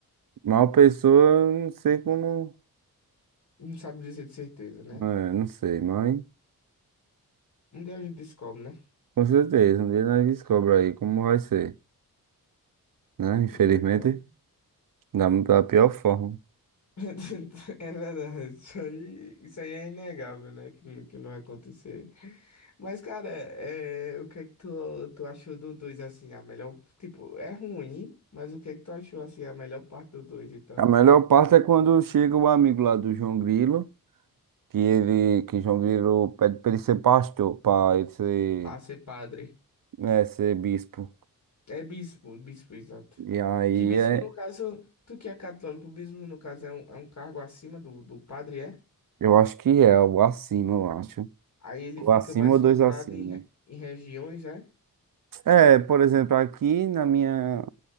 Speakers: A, on the right (about 65°); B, on the left (about 50°).
A: Mal pessoa, eu não sei como.
B: Não sabe dizer de certeza, né?
A: É, não sei, mas
B: Um dia a gente descobre, né?
A: com certeza. Um dia nós descobre aí como vai ser, né?
B: Que
A: Infelizmente,
B: legal.
A: da, da pior forma.
B: <laughs> É verdade, isso aí, isso aí é inegável, né? Que, não- que não vai acontecer. Mas, cara, é, é, o que é que tu, tu achou do 2 assim, a melhor... Tipo, é ruim, mas o que é que tu achou, assim, a melhor parte do 2? então?
A: A melhor parte é quando chega o amigo lá do João Grilo, que ele, que João Grilo pede pra ele ser pastor, pra ele ser,
B: Ah, ser padre.
A: né, ser bispo.
B: É bispo, bispo, exato.
A: E aí
B: Que bispo,
A: é,
B: no caso, tu que é católico, bispo, no caso, é um, é um cargo acima do, do padre, é?
A: eu acho que é o acima, eu acho.
B: Aí ele
A: O
B: fica
A: acima
B: mais
A: ou
B: focado
A: dois acima.
B: em, re- em regiões, é?
A: É, por exemplo, aqui na minha,